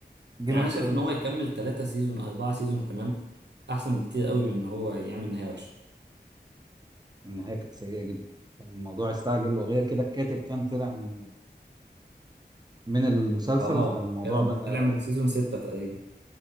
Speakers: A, on the right; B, on the right.
A: جيم
B: يعني
A: اوف
B: أنا شايف
A: ثرونز
B: إن هو يكمل تلاتة سيزون أربعة سيزون كمان أحسن بكتير قوي من إن هو يعمل نهاية وحشة
A: النهايه كانت سيئه جدا كان الموضوع استعجل وغير كده الكاتب كان طلع من ال- من المسلسل
B: أه
A: فالموضوع
B: كانت
A: بقى
B: طلع من سيزون ستة تقريبا